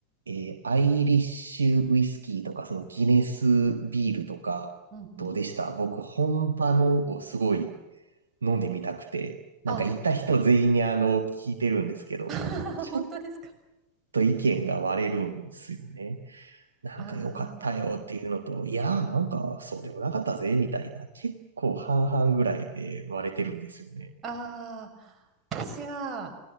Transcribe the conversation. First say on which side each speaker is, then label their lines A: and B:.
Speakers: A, on the right; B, on the right.
A: えーアイリッシュウイスキーとか、そのギネスビールとか、
B: うんうん。
A: どうでした僕、本場のをすごい飲んでみたくて、
B: あ、
A: なんか行った人全員にあの、聞いてるんですけど、
B: <laughs>
A: ちょっ
B: 本当ですか。
A: と意見が割れるんですよね。なんか良かったよっていうのと、
B: あ
A: いやーなんかそうでもなかったぜ、みたいな、結構半々ぐらいで割れてるんですよね。
B: あ、ああ、私は、